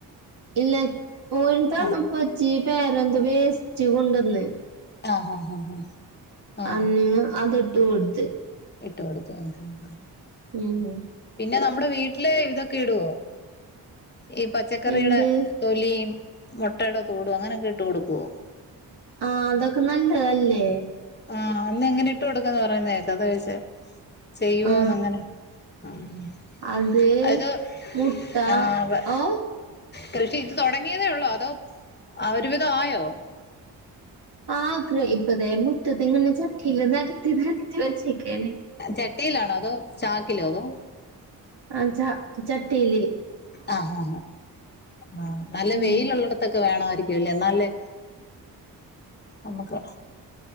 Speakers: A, on the right; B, on the left.
A: ഇല്ല ഓരി തണ
B: ആ
A: പൊച്ചി പേരെന്ത വേസ്റ്റ് കൊണ്ടുവന്ന്
B: ആഹ് ഹാ ഹാ ആ
A: അന്ന് അത് ഇട്ട് കൊടുത്ത്
B: ഇട്ട് കൊടുത്ത് ആഹ് ഹാ ഹാ
A: ഉം
B: പിന്നെ നമ്മുടെ വീട്ടില് ഇതൊക്കെ ഇടുവോ ഈ പച്ചക്കറിയുടെ
A: എന്ത്
B: തൊലിയും മൊട്ടയുടെ തോടും അങ്ങനെയൊക്കെ ഇട്ട് കൊടുക്കുവോ
A: ആഹ് അതൊക്കെ നല്ലതല്ലേ
B: ആഹ് അന്ന് എങ്ങനെ ഇട്ട് കൊടുക്കന്ന് പറയുന്ന കേക്ക അതാ ചോയിച്ച ചെയ്യുവോന്ന്
A: ആ
B: അങ്ങനെ ആഹ്
A: അത്
B: അത്
A: മുട്ട
B: ആഹ് വെ
A: ഓ
B: കൃഷി ഇത് തുടങ്ങിയതേ ഉള്ളൂ അതോ ഒരുവിധ ആയോ?
A: ആഹ് ഇപ്പതെ മുറ്റത്തി ഇങ്ങനെ ചട്ടില് നേരത്തി നേരത്തി വച്ചേക്കനെ
B: ചട്ടിയിലാണോ അതോ ചാക്കിലോ അതോ
A: ആ ച ചട്ടില്
B: ആ ആ ആഹ് നല്ല
A: ഉം
B: വെയില ഉള്ള ത്തൊക്കെ വേണമായിരിക്കുംല്ലേ നല്ലേ നമ്മുക്ക്